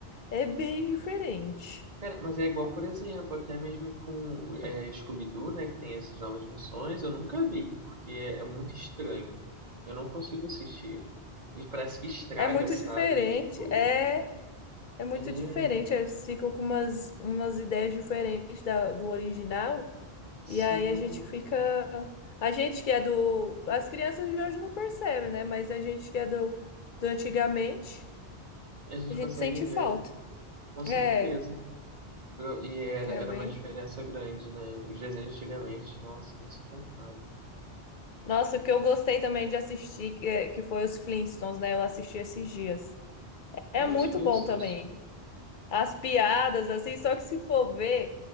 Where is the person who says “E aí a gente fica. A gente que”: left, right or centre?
Left